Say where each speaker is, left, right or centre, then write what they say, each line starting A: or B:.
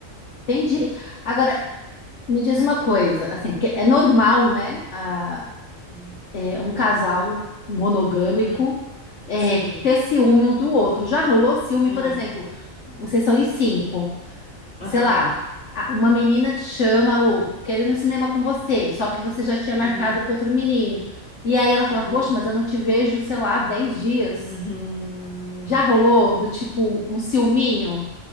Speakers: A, on the left (about 60°); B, on the left (about 30°).
A: entendi. Agora, me diz uma coisa, assim, porque é normal, né, a-
B: Uhum.
A: é, um casal monogâmico
B: Uhum.
A: é,
B: Sim.
A: ter ciúme um do outro. Já rolou ciúme,
B: Aham.
A: por exemplo, vocês são em cinco.
B: Aham.
A: sei lá, a- uma menina te chama ou quer ir no cinema com você, só que você já tinha marcado
B: Uhum.
A: com outro menino. E aí ela fala,
B: Uhum.
A: poxa, mas eu não te vejo, sei lá, dez dias.
B: Uhum.
A: Já rolou
B: Uhum.
A: do tipo um ciúminho?